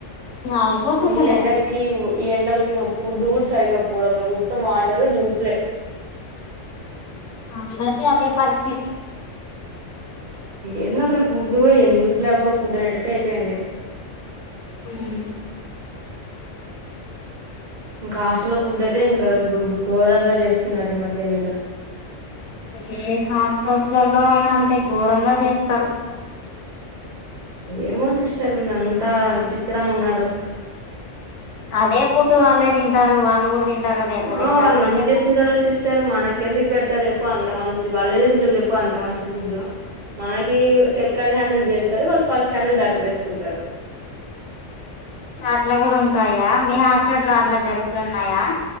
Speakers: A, on the left; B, on the right.
A: అయిపోతుందిలే
B: ఈ ఎండకి ఈ ఎండలకి ఫుడ్ కూడా సరింగా పోవడంలో ఉత్త వాటరు, జ్యూస్లే.
A: మ్ అందరిది అదే పరిస్థితి.
B: ఎండ అసలు ఫుడ్ కూడా ఎందుకు లేబ్బా ఫుడ్ అనేటట్టటు అయిపోయింది.
A: మ్ హూ
B: ఇంకా హాస్టల్ ఫుడ్ అయితే ఇంకా ఘోరంగా చేస్తున్నారు ఈ మధ్య వీళ్ళ
A: ఏ హాస్టల్స్లలో అయినా అంతే ఘోరంగా చేస్తారు.
B: ఏమో సిస్టర్ వీళ్ళుంతా విచిత్రంగా ఉన్నారు.
A: అదే ఫుడ్ వాళ్ళే కూడ తింటారు వాళ్ళు కూడా తింటారు. కదా ఎట్లా
B: ఆ
A: తింటారో
B: వాళ్ళు మంచిగా
A: ఏమో
B: చేసుకుంటారు సిస్టర్ మనకు ఎందుకు పెడతారు. ఒకసారి చెప్పు అంత మంచి వాళ్ళ తింటారు చెప్పు అంత మంచి ఫుడ్డు మనకి సెకండ్ హ్యాండిల్ చేస్తా సరే వాళ్ళు ఫస్టులోనే ద్యాపట్టేసుకుంటారు
A: అట్లా కూడా ఉంటాయా? మీ హాస్పిటల్లో అట్లా జరుగుతున్నాయా?